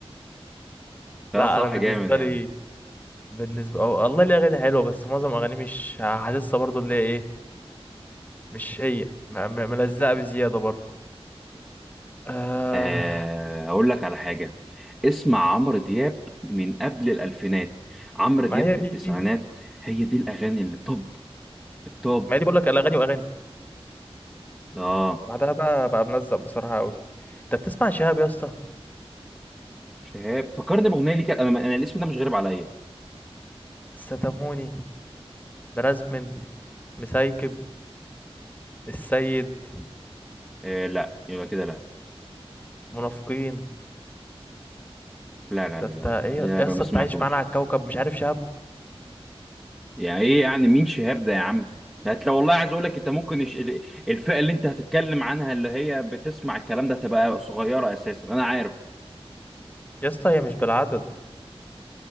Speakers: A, in the centre; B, on the left (about 15°).
A: <laughs> لا
B: لا
A: صراحه
B: انا بالنسبه
A: جامد يعني
B: لي بالنسبه أو والله ليه اغاني حلوه بس معظم اغاني مش حاسسها برضو اللي هي ايه مش هي م- م- ملزقه بزياده برضو آه
A: آه، هقول لك على حاجة اسمع عمرو دياب من قبل الألفينات عمرو دياب
B: ما هي
A: في
B: دي
A: التسعينات هي دي الأغاني اللي طب الطب
B: ما هي دي بقول لك الاغاني واغاني
A: اه
B: وبعدها بقى بقى ملزق بصراحه قوي انت بتسمع شهاب يا اسطى
A: شهاب فكرني بأغنية ليك أنا, أنا الاسم ده مش غريب عليا
B: ستاموني مرازمن مسايكب السيد
A: آه لا يبقى كده لا
B: منافقين
A: لا لا
B: ده
A: لا
B: انت
A: لا
B: ايه
A: لا
B: يا يا
A: يبقى
B: اسطى
A: ما سمعتوش
B: انت عايش معانا على الكوكب مش عارف شهاب
A: يعني إيه يعني مين شهاب ده يا عم هت لو والله عايز أقول لك أنت ممكن الش- ال- الفئة اللي أنت هتتكلم عنها اللي هي بتسمع الكلام ده تبقى صغيرة أساسا أنا عارف
B: يا اسطى هي مش بالعدد